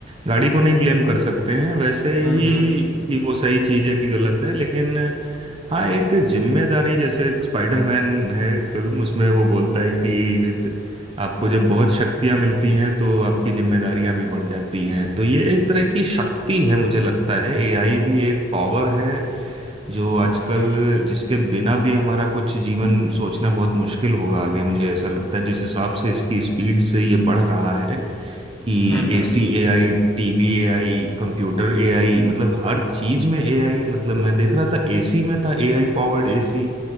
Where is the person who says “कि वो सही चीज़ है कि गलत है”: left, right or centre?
Right